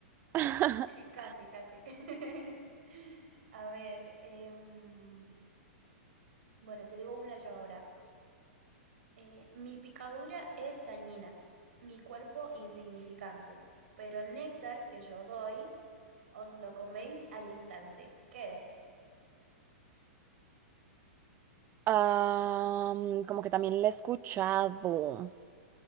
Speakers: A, on the right (about 25°); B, on the right (about 65°).
A: <laughs>
B: <laughs> Casi, casi. <laughs> A ver, em, bueno, te digo una yo ahora. Eh, mi picadura es dañina, mi cuerpo insignificante, pero el néctar que yo doy os lo coméis al instante. ¿Qué es?
A: Am, como que también la he escuchado.